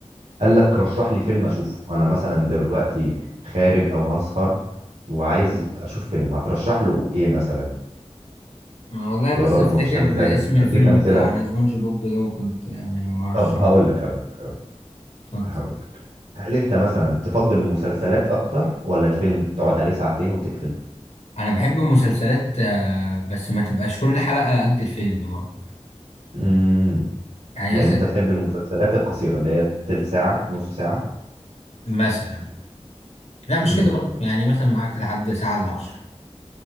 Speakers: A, on the right; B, on the left.
A: قال لك رشح لي فيلم اشوفه انا مثلا دلوقتي خارج او هسهر وعايز اشوف فيلم هترشح له ايه مثلا
B: انا والله بس
A: ولا برضه
B: افتكر
A: مفيش حاجه في دماغك
B: اسم الفيلم
A: اديك امثله
B: بتاع انا سبونج بوب ده وكنت يعني برشحه
A: طب هقول لك هقول لك
B: اتفضل
A: هقول لك هل انت مثلا تفضل المسلسلات اكتر ولا الفيلم تقعد عليه ساعتين وتقفل
B: انا بحب المسلسلات آه، بس ما تبقاش كل حلقة قد الفيلم برضه
A: امم
B: يعني
A: يعني
B: مثلا
A: انت تحب المسلسلات القصيره اللي هي تلت ساعه نص ساعه
B: مثلا لا مش
A: امم
B: كده برضه يعني مثلا معاك لحد ساعة الا عشرة